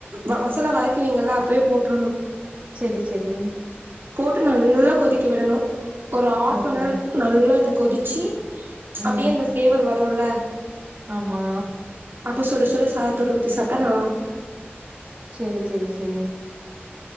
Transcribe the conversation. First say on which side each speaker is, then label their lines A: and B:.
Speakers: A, on the right; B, on the right.
A: வ மசாலா வதக்குவீங்கல்ல அப்பயே போட்டுருணு
B: செரி செரி
A: போட்டு நல்லா கொதிக்க விடணு ஒரு ஹாப்னார்
B: ஓகே.
A: நல்லா து கொதிச்சி
B: ம்.
A: அப்டியே அந்த ஃப்ளேவர் வருல்ல
B: ஆமா
A: அப்ப சுட சுட சாதத்தோட ஊத்தி சாப்ட்டா நல்லாருக்கு
B: செரி செரி செரி